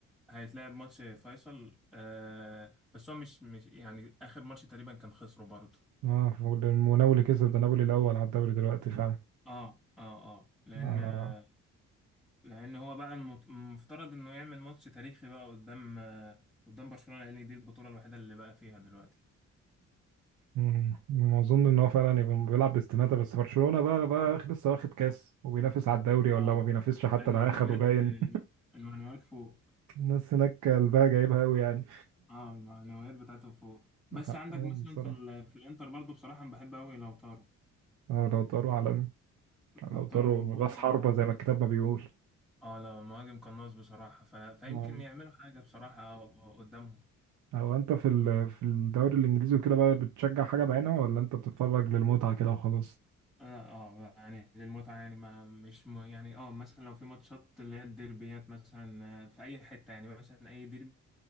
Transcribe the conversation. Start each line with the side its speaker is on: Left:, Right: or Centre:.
Centre: هيتلعب ماتش فيصل آه بس هو مش مش يعني اخر ماتش تقريبا كان خسره برضه
Right: اه ونابولي كسب ده نابولي الاول على الدوري دلوقتي فعلا
Centre: اه اه اه لان
Right: آه.
Centre: آه، لان هو بقى المط- المفترض انه يعمل ماتش تاريخي بقى قدام آه، قدام برشلونة لان دي البطولة الوحيدة اللي بقى فيها دلوقتي
Right: مم. ما اظن ان هو فعلا يبقى بيلعب باستماتة بس برشلونة بقى بقى اخ- لسه واخد كاس وبينافس على الدوري ولا
Centre: اه
Right: ما بينافسش حتى
Centre: المعنويات
Right: ده اخده باين
Centre: المعنويات فوق
Right: <laughs> الناس هناك قلبها جايبها قوي يعني
Centre: اه المعنويات بتاعته فوق بس
Right: حقهم
Centre: عندك مثلا
Right: بصراحة
Centre: في ال... في الانتر برضو بصراحة أنا بحب قوي لوتارو
Right: اه لو طاروا عالمي
Centre: لوتارو
Right: لو طاروا
Centre: مهاجم
Right: راس حربة زي ما الكتاب ما بيقول
Centre: اه لا مهاجم قناص بصراحة ف... فيمكن
Right: آه.
Centre: يعملوا حاجة بصراحة آه، قدامهم
Right: هو انت في ال... في الدوري الانجليزي وكده بقى بتشجع حاجة بعينها ولا انت بتتفرج للمتعة كده وخلاص
Centre: لا اه يعني للمتعة يعني ما مش م... يعني اه مثلا لو في ماتشات اللي هي الديربيات مثلا آه، في أي حتة يعني مثلا أي ديربي